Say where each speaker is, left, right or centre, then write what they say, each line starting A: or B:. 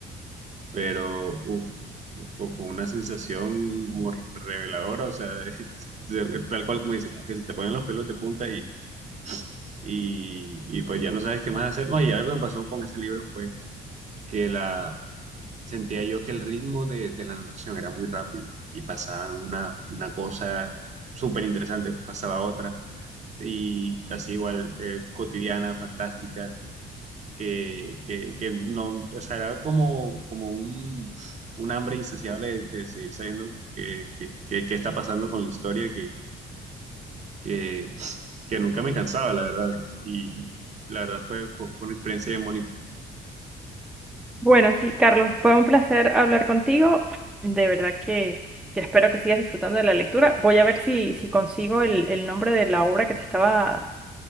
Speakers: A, on the right (about 40°); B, in the centre.
A: pero uff, fue, fue una sensación como reveladora, o sea, <laughs> se- se- tal cual como dice, como que se te ponen los pelos de punta y, y, y pues ya no sabes qué más hacer. No, y algo que me pasó con ese libro fue que la, sentía yo que el ritmo de, de la narración era muy rápido y pasaba una, una cosa súper interesante, pasaba otra. Y así igual, eh, cotidiana, fantástica, que, que, que no, o sea, era como, como un, un hambre insaciable de, de seguir sabiendo qué que, que- que- qué está pasando con la historia, que, que, que nunca me cansaba, la verdad. <laughs> Y la verdad fue, fue, fue una experiencia bien bonita.
B: Bueno, sí, Carlos, fue un placer hablar contigo. De verdad que, que espero que sigas disfrutando de la lectura. Voy a ver si, si consigo el, el nombre de la obra que te estaba